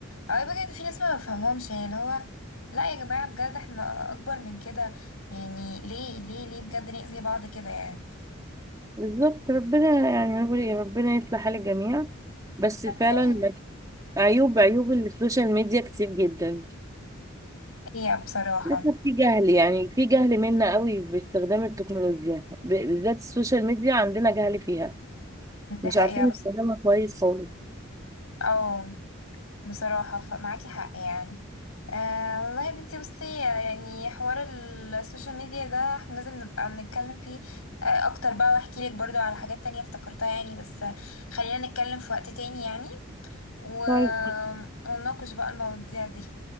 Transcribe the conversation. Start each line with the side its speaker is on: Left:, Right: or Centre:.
Left: او بجد في ناس ما بفهمهمش يعني اللي هو لا يا جماعه بجد احنا اكبر من كده يعني ليه ليه ليه بجد نأذي بعض كده يعني
Right: بالظبط ربنا يعني نقول إيه، ربنا يصلح حال الجميع بس
Left: ربنا
Right: فعلا عيوب عيوب السوشيال ميديا كتير جدا
Left: يهديها بصراحه
Right: للأسف في جهل يعني في جهل منا قوي باستخدام التكنولوجيا ب- بالذات السوشيال ميديا عندنا جهل فيها
Left: دي
Right: مش
Left: حقيقه
Right: عارفين
Left: بصراحه
Right: نستخدمها كويس خالص
Left: اه بصراحة ف- معاكي حق يعني آه والله يا بنتي بصي يعني حوار ال- السوشيال ميديا ده احنا لازم نبقى بنتكلم فيه آه اكتر بقى واحكي لك برضو على حاجات تانية افتكرتها يعني بس آه، خلينا نتكلم في وقت تاني يعني و...
Right: طيب
Left: ونناقش بقى المواضيع دي